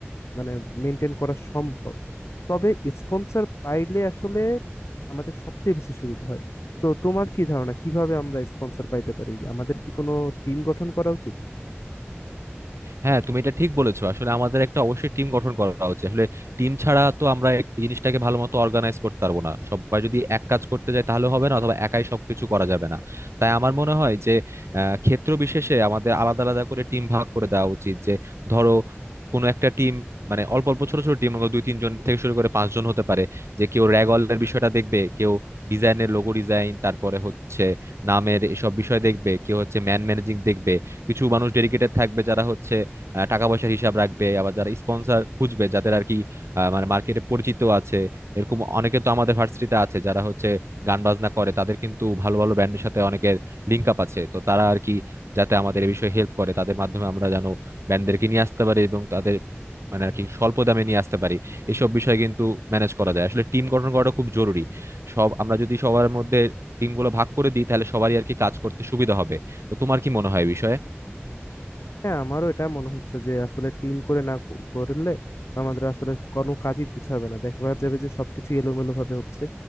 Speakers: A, on the left; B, on the right.
A: মানে মেনটেন করা সম্ভব তবে স্পন্সর পাইলে আসলে আমাদের সবচেয়ে বেশি সুবিধা হয় তো তোমার কি ধারণা কিভাবে আমরা স্পন্সর পাইতে পারি আমাদের কি কোনো টিম গঠন করা উচিত
B: হ্যাঁ তুমি এটা ঠিক বলেছো আসলে আমাদের একটা অবশ্যই টিম গঠন করা উচিত আসলে টিম ছাড়া তো আমরা এক- এই জিনিসটাকে ভালো মতো অর্গানাইজ করতে পারবো না সবাই যদি এক কাজ করতে যায় তাহলে হবে না অথবা একাই সবকিছু করা যাবে না তাই আমার মনে হয় যে আহ, ক্ষেত্র বিশেষে আমাদের আলাদা আলাদা করে টিম ভাগ করে দেওয়া উচিত যে ধরো কোনো একটা টিম মানে অল্প অল্প ছোট ছোট টিম দুই তিনজন থেকে শুরু করে পাঁচজন হতে পারে যে কেউ র্যাগলের বিষয়টা দেখবে কেউ ডিজাইনের লোগো ডিজাইন তারপরে হচ্ছে নামের এসব বিষয় দেখবে কেউ হচ্ছে ম্যান ম্যানেজিং দেখবে কিছু মানুষ ডেডিকেটেড থাকবে যারা হচ্ছে আহ, টাকা পয়সার হিসাব রাখবে আবার যারা স্পন্সর খুঁজবে যাদের আর কি আহ, মানে মার্কেটে পরিচিত আছে এরকম অনেকে তো আমাদের ভার্সিটিতে আছে যারা হচ্ছে গান বাজনা করে তাদের কিন্তু ভালো ভালো ব্যান্ডের সাথে অনেকের লিঙ্ক আপ আছে তো তারা আর কি যাতে আমাদের এই বিষয়ে হেল্প করে তাদের মাধ্যমে আমরা যেন ব্যান্ডদেরকে নিয়ে আসতে পারি এবং তাদের মানে আর কি স্বল্প দামে নিয়ে আসতে পারি এসব বিষয় কিন্তু ম্যানেজ করা যায় আসলে টিম গঠন করাটা খুব জরুরি সব আমরা যদি সবার মধ্যে টিমগুলো ভাগ করে দিই তাহলে সবারই আর কি কাজ করতে সুবিধা হবে তো তোমার কি মনে হয় এই বিষয়ে
A: হ্যাঁ আমারও এটা মনে হচ্ছে যে আসলে টিম করে না ক- করলে আমাদের আসলে কোনো কাজই গুছাবে না দেখা যাবে যে সবকিছু এলোমেলো ভাবে হচ্ছে